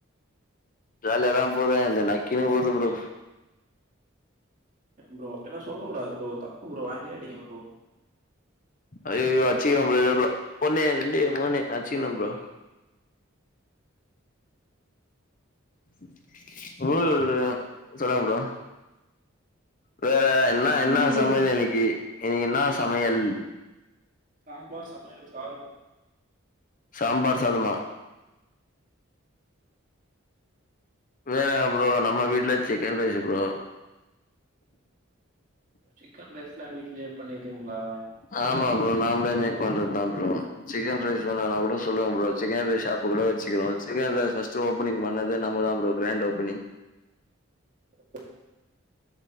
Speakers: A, on the left; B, on the right.
A: ஜாலிய தா போதா இந்த நக்கினு போது ப்ரோ
B: ப்ரோ அப்டி எல்லா சொல்ல கூடாது ப்ரோ தப்பு ப்ரோ வாயிலயே அடிங்க ப்ரோ
A: ஐயயோ அச்சிக்கின்ன ப்ரோ இருங்க ப்ரோ ஒன்னு ரெண்டே மூனு அச்சிக்கின்ன ப்ரோ <unintelligible> சொல்லுங்க ப்ரோ வேற என்ன
B: சொல்லு
A: என்னா
B: ப்ரோ.
A: சமயல் இன்னைக்கு இன்னிக்கு என்னா சமையல்
B: சாம்பார் சமையல் சாதம்
A: சாம்பார் சாதமா வேற என ப்ரோ நம்ம வீட்ல சிக்கன் ரைஸ் ப்ரோ
B: சிக்கன் ரைஸ்லா வீட்லியேப் பண்ணிர்ரீங்ளா
A: ஆமா ப்ரோ நாம்ளே மேக் பண்றதாம் ப்ரோ சிக்கன் ரைஸ் வேனூனா கூட சொல்லுங்க ப்ரோ சிக்கன் ரைஸ் ஷாப்பு கூட வச்சுகிறோ சிக்கன் ரைஸ் ஃபஸ்ட்டு ஓபனிங் பண்ணது நாம்மதா ஒரு ப்ரோ கிராண்ட் ஓப்பனிங்
B: <inaudible>